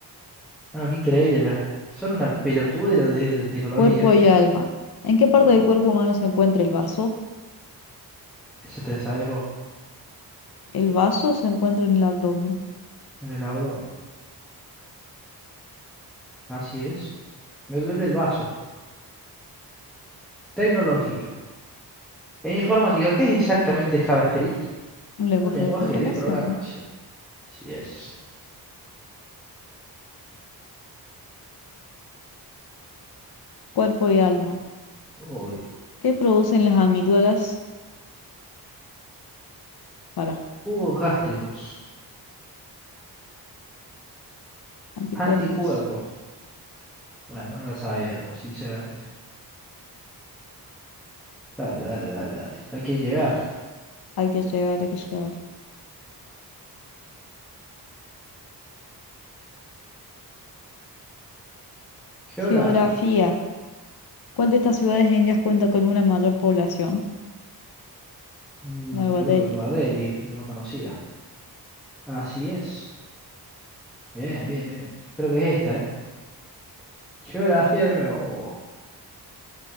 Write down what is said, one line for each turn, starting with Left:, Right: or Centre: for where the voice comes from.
Centre: Ah, qué increíble. la- Son una pelotuda de lo de tecnología.
Left: Cuerpo y alma. ¿En qué parte
Centre: Uh,
Left: del cuerpo humano se encuentra el vaso?
Centre: esa te la sabes vos,
Left: El vaso se encuentra en el abdomen.
Centre: en el abdomen. Así es. Me duele el vaso. Tecnología. En informática, ¿qué es exactamente JavaScript?
Left: Un lenguaje
Centre: Un lenguaje
Left: de programación.
Centre: de programación. Así es.
Left: Cuerpo y alma.
Centre: Uy.
Left: ¿Qué producen las amígdalas? Para,
Centre: Jugos gástricos.
Left: anticuerpos.
Centre: Anticuerpos. Bueno, no la sabía yo, sinceramente. Dale, dale, dale, dale. Hay que llegar.
Left: Hay que llegar, hay que llegar.
Centre: Geografía.
Left: Geografía. ¿Cuál de estas ciudades indias cuenta con una mayor población?
Centre: Mm,
Left: Nueva
Centre: yo
Left: Delhi.
Centre: creo que Nueva Delhi es la más conocida. Así es. Bien, bien, bien. Creo que es esta, ¿eh? Geografía de nuevo. Oh,